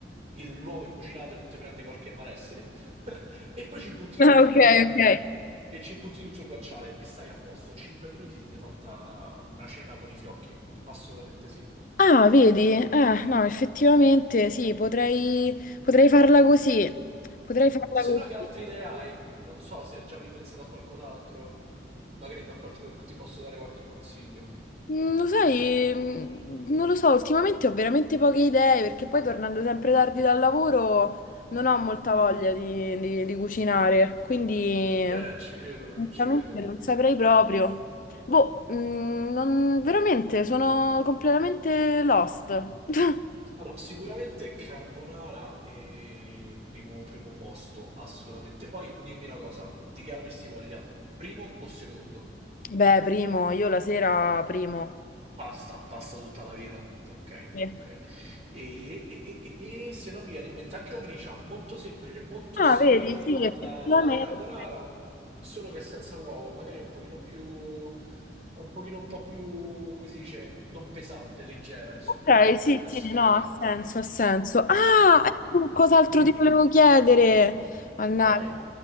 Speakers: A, on the right; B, on the left.
A: il- l'uovo è cucinato e non ti prende qualche malessere, <laughs> e poi ci butti tutto
B: Ah, ok,
A: il, ehm,
B: ok.
A: e ci butti tutto il guanciale e stai a posto. 5 minuti ti sei fatta una cena con i fiocchi, assolutamente sì.
B: Ah, vedi? Eh, no, effettivamente sì, potrei, potrei farla così. Potrei
A: Mm,
B: farla
A: Se
B: così.
A: no che altre idee hai? Non so se hai già pensato a qualcos'altro, magari do qualche- ti posso dare qualche consiglio.
B: Mm, Lo sai, mm, non lo so, ultimamente ho veramente poche idee perché poi tornando sempre tardi dal lavoro non ho molta voglia di, di- di cucinare, quindi
A: Eh, ci credo,
B: onestamente
A: ci credo.
B: non saprei proprio. Boh, mm, non- veramente sono completamente lost. <laughs>
A: Allora, sicuramente carbonara è primo, primo posto, assolutamente. Poi dimmi una cosa, di che avresti voglia? Primo o secondo?
B: Beh, primo, io la sera primo.
A: Pasta, pasta tutta la vita. Ok,
B: Sì.
A: ok. E, e- e- e- e se non mi viene in mente anche la gricia, molto semplice, molto
B: Ah,
A: simile
B: vedi, sì,
A: alla,
B: effettivamente.
A: alla carbonara, solo che senza uovo, magari un pochino più, un pochino un po' più, come si dice, non pesante, leggera, insomma,
B: Ok,
A: potrebbe
B: sì, sì,
A: essere
B: no,
A: un'idea.
B: ha senso, ha senso. Ah, ecco cos'altro
A: Dimmi,
B: ti volevo chiedere. Mannaggia.
A: vai.